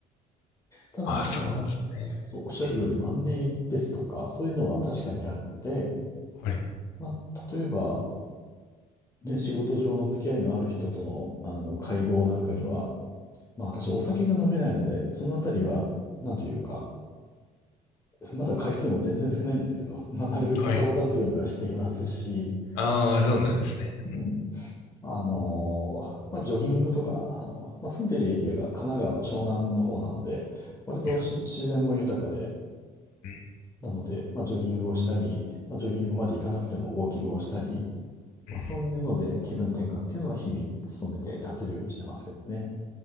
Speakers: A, on the left; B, on the left.
A: ただもちろん、
B: ああ、そうなんですね。
A: そう、おっしゃるようにマンネリですとか、
B: うん
A: そういうのは確かにあるので、
B: はい。
A: まあ、例えば、ね、仕事上の付き合いのある人との、あの、会合なんかには、まあ、私お酒が飲めないので、そのあたりは、なんというか、まだ回数も全然少ないんですけど、まあ、なるべく顔を出すようにはしていますし、
B: はい。ああ、そうなんですね。
A: うんあのーまあ、ジョギングとか、あの、まあ、住んでるエリアが神奈川の湘南の方なので、割とし自然も豊かで、
B: いやうん
A: なので、まあ、ジョギングをしたり、まあ、ジョギングまで行かなくてもウォーキングをしたり、
B: うん
A: まあ、そういうので気分転換っていうのは日々努めてやってるようにしてますけどね。